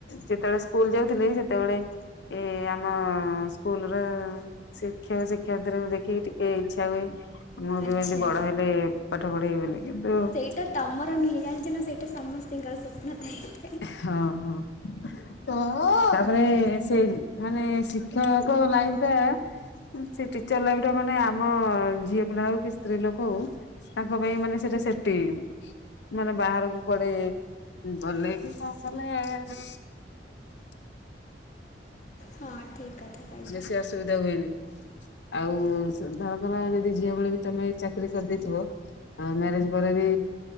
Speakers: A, on the left; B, on the left.
A: ଯେତେବେଳେ ସ୍କୁଲ ଯାଉଥିଲି ସେତେବେଳେ- ଏ ଆମ ସ୍କୁଲର ଶିକ୍ଷକ ଶିକ୍ଷୟୀତ୍ରିକୁ ଦେଖିକି ଟିକେ ଇଚ୍ଛା ହୁଏ- ମୁଁ ବି
B: ଆଚ୍ଛା
A: ଏମତି ବଡ ହେଲେ ପାଠ ପଢେଇ ବୋଲି କିନ୍ତୁ-
B: ସେଟା ତମର ନୁହେଁ ଜାଣିଛ ନା ସେଇଟା ସମସ୍ତଙ୍କର ସ୍ୱପ୍ନ ଥାଏ।
A: ହଁ ହଁ। ତ। ତାପରେ ସେ ମାନେ ଶିକ୍ଷକ- ଶିକ୍ଷକ ଲାଇନ ଟା - ସେ ଟିଚର ଲାଇଫ ଟା ମାନେ ଆମ ଝିଅ ପିଲା ହଉ କି ସ୍ତ୍ରୀ ଲୋକ ହଉ- ତାଙ୍କ ପାଇଁ ମାନେ ସେଟା ସେଫଟି ମାନେ ବାହାରକୁ କୁଆଡେ ଗଲେ। ବିଶ୍ୱାସ ହେଲେ।
B: ହଁ ଠିକ୍ କଥା କହିଛ
A: ବେଶୀ ଅସୁବିଧା ହୁଏନି। ଆଉ ଧରଙ୍କର ଯଦି ଝିଅ ବଳେ ବି ତମେ ଚାକିରି କରିଦେଇଥିବ। ଆ ମ୍ୟାରେଜ ପରେ ବି